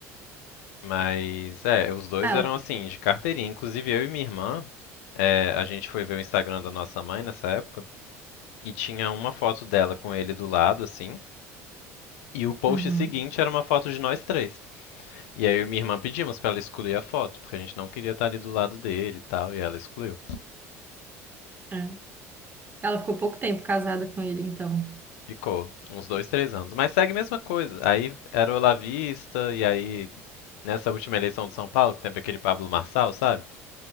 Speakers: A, on the left; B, on the right.
A: Mas é, os dois
B: Ah, ela.
A: eram assim, de carteirinha. Inclusive eu e minha irmã, é, a gente foi ver o Instagram da nossa mãe nessa época e tinha uma foto dela com ele do lado, assim, e o post
B: Uhum,
A: seguinte era uma foto de nós três. E aí eu e minha irmã pedimos pra ela excluir a foto, porque a gente não queria estar ali do lado dele e tal, e ela excluiu.
B: é. Ela ficou pouco tempo casada com ele, então.
A: Ficou uns dois, três anos. Mas segue a mesma coisa. Aí era o Olavista, e aí nessa última eleição de São Paulo, que teve aquele Pablo Marçal, sabe?